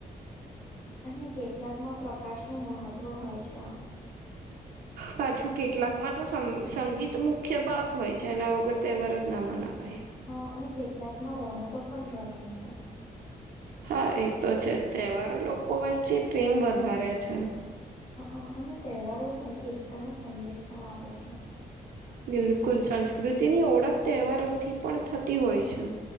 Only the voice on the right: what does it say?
પાછું કેટલાકમાં તો સંગીત મુખ્ય ભાગ હોય છે એના વગર તહેવાર જ ના.. મનાવાઈ
હા એ તો છે‌. તહેવારો લોકો વચ્ચે પ્રેમ વધારે છે.
બિલકુલ સંસ્કૃતિની ઓળખ તહેવારોથી પણ થતી હોય છે.